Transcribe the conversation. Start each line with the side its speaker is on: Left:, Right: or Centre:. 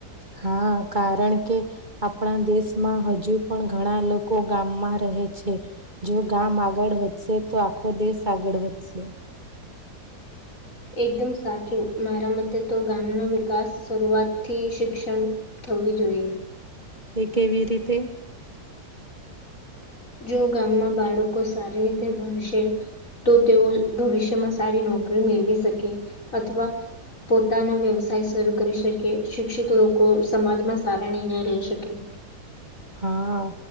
Right: હા કારણ કે આપણા દેશમાં હજુ પણ ઘણા લોકો ગામમાં રહે છે. જો ગામ આગળ વધશે તો આખો દેશ આગળ વધશે.
Left: એકદમ સાચું મારા મતે તો ગામનો વિકાસ શરૂઆતથી શિક્ષણ થવી જોઈએ.
Right: એ કેવી રીતે?
Left: જો ગામમાં બાળકો સારી રીતે ભણશે તો તેઓ ભવિષ્યમાં સારી નોકરી મેળવી શકે અથવા પોતાના વ્યવસાય શરૂ કરી શકે શિક્ષિત લોકો સમાજમાં સારા નિર્ણય લઈ શકે.
Right: હા